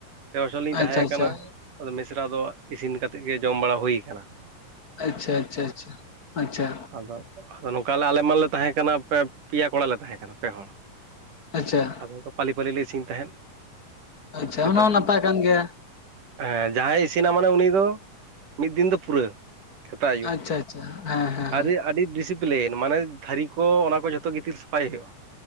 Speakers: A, on the right; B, on the left.
A: ᱯᱮ ᱵᱚᱪᱷᱚᱨ ᱞᱤᱧ
B: ᱟᱪᱪᱷᱟ
A: ᱛᱟᱦᱮᱸ
B: ᱟᱪᱪᱷᱟ
A: ᱠᱟᱱᱟ ᱟᱫᱚ ᱢᱤᱥᱨᱮ ᱫᱚ ᱤᱥᱤᱱ ᱠᱟᱛᱮᱫ ᱜᱮ ᱡᱚᱢ ᱵᱟᱲᱟ ᱦᱩᱭ ᱟᱠᱟᱱᱟ
B: ᱟᱪᱪᱷᱟ ᱟᱪᱪᱷᱟ ᱟᱪᱪᱷᱟ, ᱟᱪᱪᱷᱟ
A: ᱟᱫᱚ ᱟᱫᱚ ᱱᱚᱝᱠᱟᱞᱮ ᱟᱞᱮ ᱢᱟᱞᱮ ᱛᱟᱦᱮᱸ ᱠᱟᱱᱟ ᱯᱮ ᱯᱮᱭᱟ ᱠᱚᱲᱟ ᱞᱮ ᱛᱟᱦᱮᱸ ᱠᱟᱱᱟ ᱯᱮ ᱦᱚᱲ
B: ᱟᱪᱪᱷᱟ
A: ᱟᱫᱚ ᱱᱚᱝᱠᱟ ᱯᱟᱞᱤ ᱯᱟᱞᱤ ᱞᱮ ᱤᱥᱤᱱ ᱛᱟᱦᱮᱸᱫ
B: ᱟᱪᱪᱷᱟ
A: ᱥᱮᱛᱟᱜ
B: ᱚᱱᱟ ᱦᱚᱸ ᱱᱟᱯᱟᱭ ᱠᱟᱱ ᱜᱮᱭᱟ
A: ᱦᱮᱸ ᱡᱟᱦᱟᱸᱭᱮ ᱤᱥᱤᱱᱟ ᱢᱟᱱᱮ ᱩᱱᱤ ᱫᱚ ᱢᱤᱫ ᱫᱤᱱ ᱫᱚ ᱯᱩᱨᱟᱹ ᱥᱮᱛᱟᱜ ᱟᱹᱭᱩᱵ
B: ᱟᱪᱪᱷᱟ ᱟᱪᱪᱷᱟ ᱦᱮᱸ ᱦᱮᱸ
A: ᱟᱹᱰᱤ ᱟᱹᱰᱤ ᱰᱤᱥᱤ ᱯᱞᱤᱱ ᱢᱟᱱᱮ ᱛᱷᱟᱹᱨᱤ ᱠᱚ ᱚᱱᱟ ᱠᱚ ᱡᱷᱚᱛᱚ ᱜᱤᱛᱤᱞ ᱥᱟᱯᱷᱟᱭ ᱦᱩᱭᱩᱜᱼᱟ